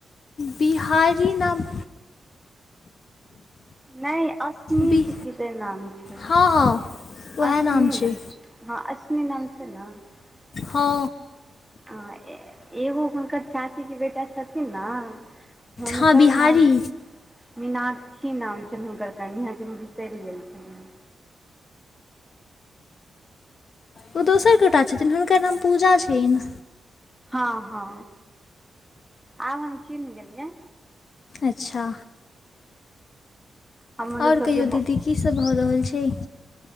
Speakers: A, on the left (about 45°); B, in the centre.
A: बिहारी नाम
B: नहि असमीक
A: बि
B: के किदेन नाम छैन?
A: हँ हँ उएह
B: अशनि
A: नाम छै
B: ने हँ अशनि नाम छै ने <unintelligible>
A: हँ
B: ह एगो हुनकर चाचीके बेटा छथिन न हुनकर
A: हँ बिहारी
B: नाम मीनाक्षी नाम छैन हुनकर कनियाँ के बिसरि गेल छलियऽ।
A: ओ दोसर गोटा छथिन हुनकर नाम पूजा छैन।
B: हँ-हँ आब हम चीन्ह गेलियै
A: अच्छा
B: हमरो
A: ओर
B: सभके
A: कहियो दीदी की सब भऽ रहल छै?